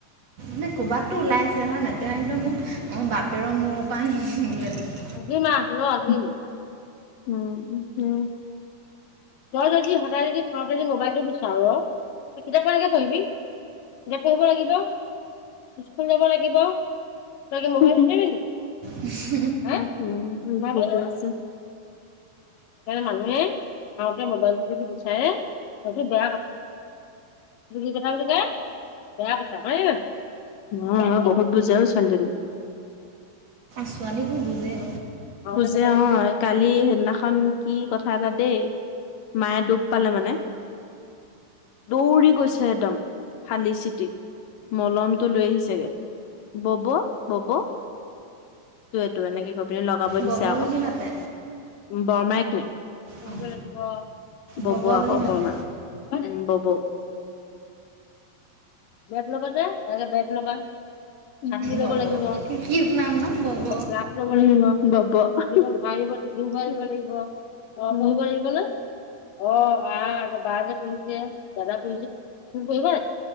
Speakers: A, on the right; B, on the left.
A: নে ক'ৰবাতো ওলাই আছে হয় নাই তে ইহতে মোক মোৰ মাত পেৰৰ মূৰৰ পৰা আনি দিম বোলে টোক
B: দিম আ ল দিম উম উ তই যদি সদায় যদি খাওতে যদি মোবাইলটো বিচাৰ, কিতাপ কেনেকে পঢ়িবি জাপ হব লাগিব স্কুল যাব লাগিব তে মোবাইল
A: উ,
B: হ উম উ মই ভ আছো মানুহে আহোতে মোবাইলটো যদি বিচাৰে সেইটো বেয়া কথা তুলি কথা বুলিল তা বেয়া কথা হয় অ', হুত বুজে অ ছোৱালীজনী
A: ছোৱালীবোৰ বুজে
B: বুজে অ কালি সেইদিনাখন কি কথা এটা দেই মায়ে দুখ পালে মানে দৌৰি গৈছে একদম ফালি চিটি মলমটো লৈ আহিছেগে বব বব টো এনেকে কৈ পিনে লগাব দিছে
A: বব
B: আকৌ
A: বুলি মাতে
B: বৰমাই ক ন
A: অঁ
B: লাগিব ববৌ
A: বব বুলি
B: আকৌ
A: মাতে
B: বৰমা বব বেগ ল'বা দে এনেকে বেগ ল'বা ছাতি লব
A: বব
B: লাগিব
A: কি কিউট নাম ন বব
B: লগত যা ৰব লাগিব, বব টিফিন ভৰাই টিফিন ভৰাই দিব লাগিব ক পঢ়িব লাগিব ন অ', বা যে পঢ়িছে দাদা পঢ়িছে তুমি পঢিবা